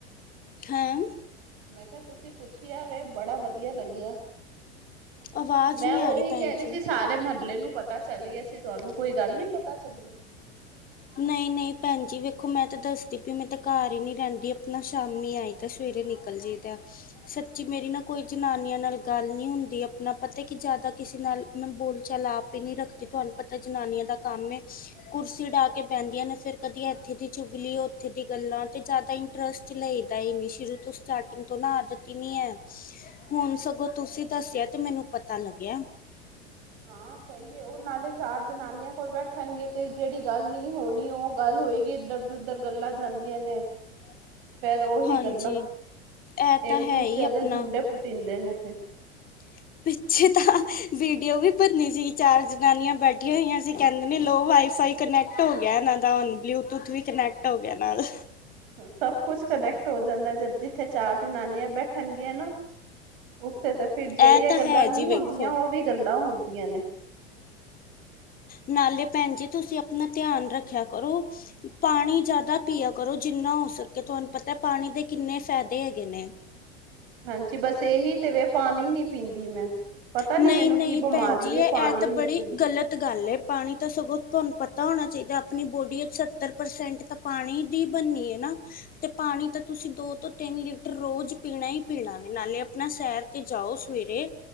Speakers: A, on the left (about 25°); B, on the right (about 55°).
A: ਹੈਂ
B: ਮੈਂ ਕਿਹਾ ਤੁਸੀਂ ਪੁੱਛਿਆ ਵੇ ਬੜਾ ਵਧੀਆ ਲੱਗਿਆ।
A: ਆਵਾਜ਼
B: ਮੈਂ
A: ਨਹੀਂ ਆ
B: ਉਹੀ
A: ਭੈਣ
B: ਕਹਿ ਰਹੀ
A: ਜੀ
B: ਸੀ ਸਾ ਰੇ ਮਹੱਲੇ ਨੂੰ ਪਤਾ ਚੱਲ ਗਿਆ ਸੀ ਤੁਹਾਨੂੰ ਕੋਈ ਗੱਲ ਨੀ ਪਤਾ ਚੱਲੀ।
A: ਨਹੀਂ-ਨਹੀਂ ਭੈਣ ਜੀ ਵੇਖੋ ਮੈਂ ਤਾਂ ਦੱਸਦੀ ਪਈ ਮੈਂ ਤੇ ਘਰ ਹੀ ਨੀ ਰਹਿੰਦੀ ਆਪਣਾ ਸ਼ਾਮੀ ਆਈ ਤੇ ਸਵੇਰੇ ਨਿਕਲ ਜਾਈ ਦਾ। ਸੱਚੀ ਮੇਰੀ ਨਾ ਕੋਈ ਜਨਾਨੀਆਂ ਨਾਲ ਗੱਲ ਨੀ ਹੁੰਦੀ ਆਪਣਾ ਪਤਾ ਕਿ ਜਾਦਾ ਕਿਸੇ ਨਾਲ ਮੈਂ ਬੋਲ ਚਾਲ ਆਪ ਹੀ ਨੀ ਰੱਖਦੀ ਤੁਹਾਨੂੰ ਪਤਾ ਜਨਾਨੀਆਂ ਦਾ ਕੰਮ ਕੁਰਸੀ ਡਾ ਕੇ ਬਹਿੰਦੀਆਂ ਨੇ ਫੇਰ ਕਦੀ ਇੱਥੇ ਦੀ ਚੁਗਲੀ ਉੱਥੇ ਦੀ ਗੱਲਾਂ ਤੇ ਜਾਦਾ ਇੰਟਰਸਟ ਲਈਦਾ ਹੀ ਨੀ ਸ਼ੁਰੂ ਤੋ ਸ ਸਟਾਰਟਿੰਗ ਤੋਂ ਨਾ ਆਦਤ ਹੀ ਨੀ ਹੈ ਹੁਣ ਸਗੋਂ ਤੁਸੀਂ ਦੱਸਿਆ ਤੇ ਮੈਨੂੰ ਪਤਾ ਲੱਗਿਆ।
B: ਹਾਂ ਸਹੀ ਹੈ ਉਹ ਨਾਲੇ ਚਾਰ ਜਨਾਨੀਆਂ ਕੋਲ ਬੈਠਣਗੇ ਤੇ ਜਿਹੜੀ ਗੱਲ ਨਹੀਂ ਹੋਣੀ ਉਹ ਗੱਲ ਹੋਏਗੀ ਏਦਰ ਦੀ ਉਦਰ ਗੱਲਾਂ ਜਾਂਦੀਆਂ ਨੇ
A: <inaudible>
B: ਫੇਰ ਓਹੀ
A: ਹਾਂਜੀ
B: ਗੱਲਾਂ,
A: ਇਹ ਤਾਂ
B: ਏਕ
A: ਹੈ
B: ਦੂਸਰੇਆਂ
A: ਹੀ ਆਪਣਾ
B: ਦੇ ਜੁੰਡੇ ਪੁਟੀਂਦੇ ਨੇ ਫੇਰ
A: <inaudible> ਪਿੱਛੇ ਤਾਂ, ਵੀਡੀਓ ਵੀ ਬੱਨੀ ਸੀਗੀ ਚਾਰ ਜਨਾਨੀਆਂ ਬੈਠੀਆਂ ਹੋਈਆਂ ਸੀ ਕੈਂਦੇ ਨੇ ਲੋ ਵਾਈਫਾਈ ਕਨੈਕਟ ਹੋ ਗੇਆ ਐਨਾਂ ਦਾ, ਹੁਨ ਬਲੂਯੂਤੁਥ ਵੀ ਕਨੈਕਟ ਹੋ ਗੇਆ ਨਾਲ।
B: ਅ ਸਬ ਕੁਛ ਕਨੈਕਟ ਹੋ ਜਾਂਦੈ ਜ, ਜਿੱਥੇ ਚਾਰ ਜਨਾਨੀਆਂ ਬੈਠਨਗੀਆਂ ਨਾ ਓਥੇ ਤੇ ਫੇਰ
A: ਇਹ
B: ਜੇੜੀਆਂ
A: ਤਾਂ ਹੈ
B: ਗੱਲਾਂ ਨੀ
A: ਜੀ ਵੇਖੋ
B: ਹੋਂਦੀਆਂ, ਓ ਵੀ ਗੱਲਾਂ ਹੋਦੀਆਂ ਨੇ।
A: ਨਾਲੇ ਭੈਨ ਜੀ ਤੁਸੀਂ ਅਪਨਾ ਧੇਆਨ ਰੱਖੇਆ ਕਰੋ। ਪਾਣੀ ਜਾਦਾ ਪੀਆ ਕਰੋ ਜਿੰਨਾ ਹੋ ਸਕੇ, ਤੁਹਾਨ ਪਤੈ ਪਾਣੀ ਦੇ ਕਿੰਨੇ ਫੈਦੇ ਹੈਗੇ ਨੇ।
B: ਹਾਂਜੀ, ਬਸ ਏਹੀ ਤੇ ਵੇ ਪਾਨੀ ਨੀ ਪੀਂਦੀ ਮੈਂ। ਪਤਾ ਨੀ
A: ਨਹੀਂ
B: ਮੈਨੂੰ
A: ਨਹੀਂ
B: ਕੀ ਬਮਾਰੀ
A: ਭੈਣ ਜੀ
B: ਏ,
A: ਇਹ
B: ਪਾਨੀ
A: ਇਹ ਤਾਂ
B: ਨੀ
A: ਬੜੀ
B: ਪੀਂਦੀ।
A: ਗਲਤ ਗਾੱਲ ਏ, ਪਾਣੀ ਤਾਂ ਸਗੋਂ ਤੁਆਨ ਪਤਾ ਹੋਣਾ ਚਈਦਾ ਆਪਣੀ ਬੋੜੀ ਚ ਸੱਤਰ ਪਰਸੈਂਟ ਤਾਂ ਪਾਣੀ ਦੀ ਬੱਨੀ ਏ ਨਾ। ਤੇ ਪਾਣੀ ਤਾਂ ਤੁਸੀਂ ਦੋ-ਤੋਂ ਤੇਨ ਲੀਟਰ ਰੋਜ ਪੀਣਾ ਈ ਪੀਣਾ ਵੇ, ਨਾਲੇ ਅਪਣਾ ਸੈਰ ਤੇ ਜਾਓ ਸਵੇਰੇ।